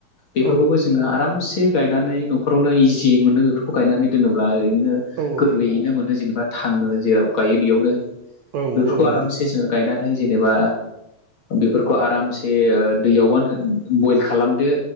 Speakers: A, on the left; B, on the right.
A: बेफोरखौबो
B: औ
A: जोङो आरामसे गायनानै न'फोररावनो इजि मोनो बेफोरखौ गायनानै दोनोब्ला ओरैनो
B: औ
A: गोरलैयैनो मोनो जेनेबा थाङो जेराव गायो बेयावनो
B: औ
A: बेफोरखौ
B: औ
A: आरामसे
B: नोंथां
A: जोङो गायनानैहाय जेनेबा बेफोरखौ आरामसे दैयावबानो बयल खालामदो